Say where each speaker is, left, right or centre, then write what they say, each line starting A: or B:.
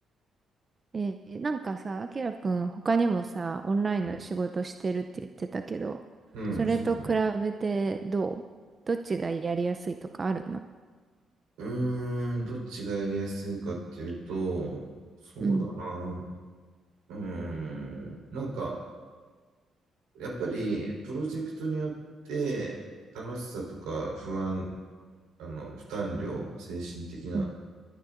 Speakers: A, on the right; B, on the right.
A: えーなんかさ、あきらくん他にもさ、オンラインの仕事してるって言ってたけど、
B: うん、
A: それと比べてどうどっちがやりやすいとかあるの
B: うん、そうだね。うーん、どっちがやりやすいかっていうと、そうだな。
A: うん、
B: うーん、なんか、やっぱりプロジェクトによって楽しさとか不安、あの、負担量、精神的な、
A: うん、